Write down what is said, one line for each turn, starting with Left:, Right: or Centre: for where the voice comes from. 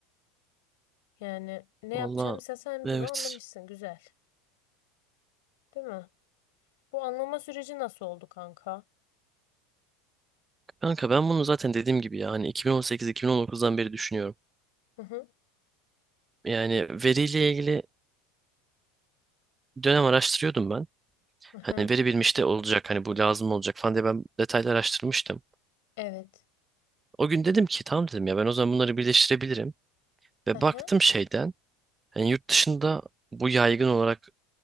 Left: Yani ne yapacağımı
Right: Valla
Left: sen
Right: evet.
Left: bunu anlamışsın güzel. Değil mi? Bu anlama süreci nasıl oldu kanka?
Right: Kanka ben bunu zaten dediğim gibi yani 2018-2019'dan beri düşünüyorum.
Left: Hı hı.
Right: Yani veriyle ilgili dönem araştırıyordum ben.
Left: Hı hı.
Right: Hani veri bilmiş de olacak hani bu lazım olacak falan diye ben detaylı araştırmıştım.
Left: Evet.
Right: O gün dedim ki tamam dedim ya ben o zaman bunları birleştirebilirim. Ve
Left: Hı hı.
Right: baktım şeyden yani yurt dışında bu yaygın olarak